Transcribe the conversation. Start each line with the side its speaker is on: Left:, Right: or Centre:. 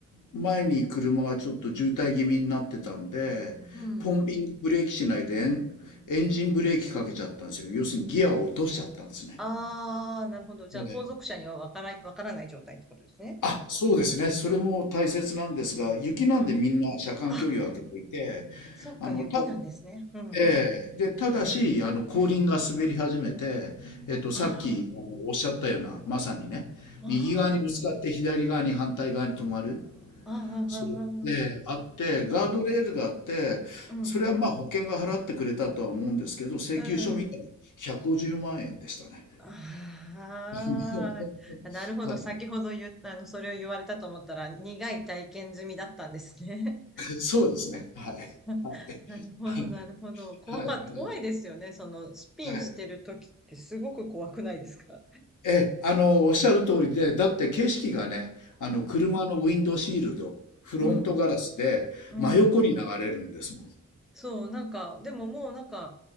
Left: 前に車がちょっと渋滞気味になってたんで、
Centre: うん。
Left: ポンピングブレーキしないでエン、エンジンブレーキかけちゃったんですよ。要するにギアを落としちゃったんですね。
Centre: ああ、なるほど。じゃあ、
Left: ええ
Centre: 後続車にはわからない、わからない状態ってことですね。
Left: あ、そうですね。それも大切なんですが、雪なんでみんな車間距離を空けていて、
Centre: うん。あ、そっか、
Left: あの、
Centre: 雪なんですね。
Left: た、
Centre: うん。
Left: ええで、ただし、あの、後輪が滑り始めて、えっと、
Centre: あ
Left: さっき、あの、おっしゃったような、まさにね、
Centre: あ、
Left: 右側にぶつかって左側に反対側に止まる、
Centre: ああ、ああ、
Left: それで、
Centre: ああ、
Left: あって、
Centre: ああうん、
Left: ガードレールがあって、
Centre: うん、
Left: それはまあ保険が払ってくれたとは思うんですけど、請求書見たら150万円でしたね。
Centre: うん。ああ、
Left: <laughs>
Centre: なるほど。
Left: はい、
Centre: 先ほど言った、あの、それを言われたと思ったら、苦い体験済みだったんですね。
Left: そうですね。はい。
Centre: <laughs>
Left: は
Centre: なるほど、
Left: い
Centre: なるほど。怖か、
Left: はいはい
Centre: 怖いですよね。その、スピンしてる時ってすごく怖くないですか
Left: はい。ええ、あの、おっしゃる通りで、だって景色がね、あの、
Centre: うん、
Left: 車のウィンドシールド、フロントガラスで真横に流れるんですもん。
Centre: うん、うん。そう、なんか、でももうなんか、